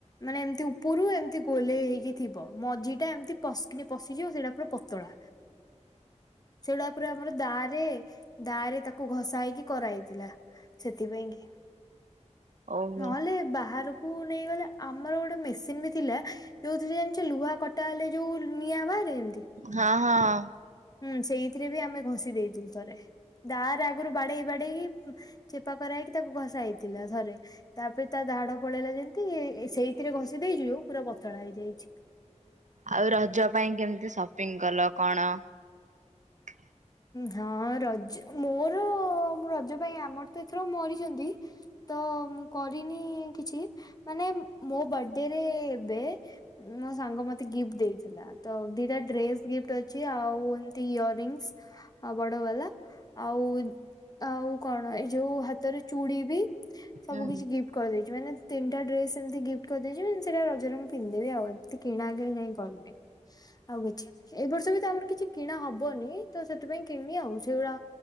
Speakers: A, on the left; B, on the right.
A: ମାନେ ଏମିତି ଉପୁରୁ ଏମିତି ଗୋଲେଇ ହେଇକି ଥିବ ମଝିଟା ଏମିତି ପସ୍ କିନି ପସିଯିବ ସେଇଟା ପୁରା ପ ପତଳା ସେଇଟା ପୁରା ମାନେ ଦା ରେ ଦାଆରେ ତାକୁ ଘସା ହେଇକି କରାହେଇଥିଲା। ସେଥିପାଇଁ କି
B: ଓହ
A: ନହେଲେ ବାହାରକୁ ନେଇଗଲା। ଆମର ଗୋଟେ ମେସିନ ବି ଥିଲା ଯୋଉଥିରେ ଜାଣିଛ ଲୁହା କଟା ହେଲେ ଯୋଉ ନିଆଁ ବାହାରେ ଏମିତି
B: ହଁ ହଁ।
A: ହୁଁ ସେଇଥିରେ ବି ଆମେ ଘଷି ଦେଇଥିଲୁ ଥରେ। ଦାଆ ରେ ଆଗରୁ ବାଡେଇ ବାଡେଇକି ଚେପା କରା ହେଇକି ତାକୁ ଘଷା ହେଇଥିଲା ଥରେ। ତାପରେ ତା ଦାଢ଼ ପଳେଇଲା ଯେମିତି ସେଇଥିରେ ଘଷି ଦେଇଯିବୁ ପୁରା ପତଳା ହେଇଯାଇଛି।
B: ଆଉ ରଜ ପାଇଁ କେମିତି ସପିଙ୍ଗ କଲ କଣ? ହ
A: ହଁ ରଜ ମୋର ରଜ ପାଇଁ ଆମର ତ ଏଥର ମରିଛନ୍ତି। ତ ମୁଁ କରିନି କିଛି ମାନେ ମୋ ବର୍ଥଡେରେ ଏବେ ମୋ ସାଙ୍ଗ ମତେ ଗିଫ୍ଟ ଦେଇଥିଲା ତ ଦିଟା ଡ୍ରେସ ଗିଫ୍ଟ ଅଛି ଆଉ ତି ଇୟର ରଙ୍ଗସ୍ ବଡ ବାଲା। ଆଉ ଆଉ କଣ ଏଇ ଯୋଉ ହାତରେ ଚୁଡି ବି ସବୁ
B: ହୁଁ
A: କିଛି ଗିଫ୍ଟ କରିଦେଇଛି ମାନେ ତିନିଟା ଡ୍ରେସ ଏମିତି ଗିଫ୍ କରିଦେଛି ସେଟା ରଜରେ ମୁଁ ପିନ୍ଧେି ଆଉ କିଣା କିଣି ଯାଇଁ କରୁନି। ଆଉ କିଛି ଏଇ ବର୍ଷ ବି ତ ଆମର କିଛି କିଣା ହବନି ତ ସେଥିପାଇଁ କିଣିନି ଆଉ ସେଗୁଡା